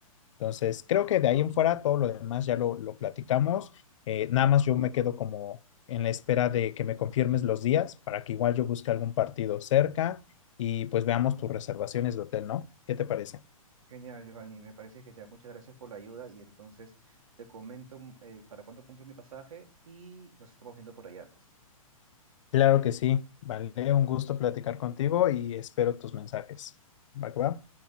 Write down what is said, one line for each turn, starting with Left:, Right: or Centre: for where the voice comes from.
Left: Entonces, creo que de ahí en fuera todo lo demás ya lo, lo platicamos. Eh, nada más yo me quedo como en la espera de que me confirmes los días para que igual yo busque algún partido cerca y pues veamos tus reservaciones de hotel, ¿no? ¿Qué te parece?
Right: Genial, Giovanni, me parece genial. Muchas gracias por la ayuda y entonces te comento mm, eh, para cuándo compro mi pasaje y nos estamos viendo por allá entonces.
Left: Claro que sí, vale, un gusto platicar contigo y espero tus mensajes. ¿Va que va?